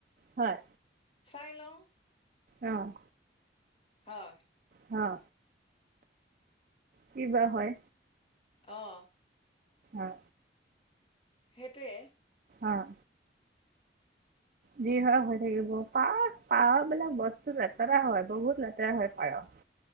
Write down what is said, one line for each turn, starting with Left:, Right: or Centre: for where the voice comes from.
Right: হয়।
Left: চাই লওঁ।
Right: অহ-
Left: হয়ঁ।
Right: অঁ। কিবা হয়।
Left: অঁ!
Right: অঁ!
Left: সেইটোৱে।
Right: অঁ! যি হয়, হৈ থাকিব পাৰ পাৰবিলাক বস্তু লেতেৰা হয়, বহুত লেতেৰা হয়, পায়স।